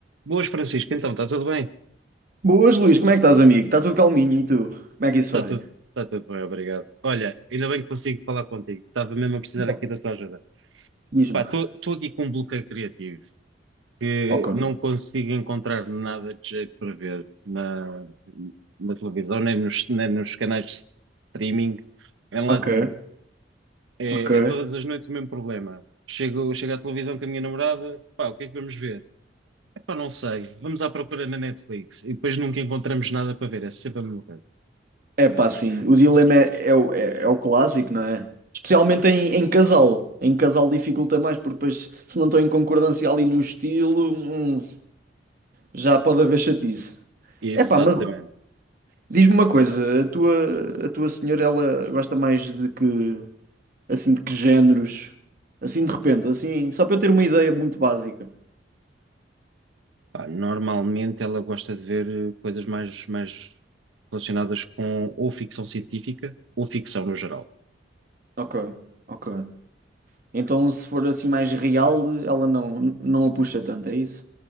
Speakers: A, on the right; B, on the right.
A: Boas, Francisco. Então, está tudo bem?
B: Boas, Luís, como é que estás, amigo? Está tudo calminho e tu? Como é que isso
A: Está
B: vai?
A: tudo, está tudo bem, obrigado. Olha, ainda bem que consigo falar contigo. Estava mesmo a precisar
B: Então,
A: aqui da tua ajuda.
B: Diz-me.
A: Pá, estou aqui com um bloqueio criativo que
B: Ok,
A: não consigo encontrar nada de jeito para ver na, na televisão, nem nos, nem nos canais de streaming, em
B: ok,
A: lado nenhum. É,
B: ok.
A: é todas as noites o mesmo problema. Chego, chego à televisão com a minha namorada, pá, o que é que vamos ver? Epá, não sei. Vamos à procura na Netflix e depois nunca encontramos nada para ver. É sempre a mesma coisa.
B: É pá, sim, o dilema é, é, o é- é o clássico, não é? Especialmente em, em casal. Em casal dificulta mais, porque depois, se não estão em concordância ali no estilo, hum, já pode haver chatice.
A: Exatamente.
B: É pá, mas diz-me uma coisa, a tua, a tua senhora, ela gosta mais de que, assim, de que géneros? Assim, de repente, assim, só para eu ter uma ideia muito básica.
A: Pá, normalmente ela gosta de ver eh, coisas mais, mais relacionadas com ou ficção científica ou ficção no geral.
B: Ok, ok. Então, se for assim mais real, ela não, não a puxa tanto, é isso?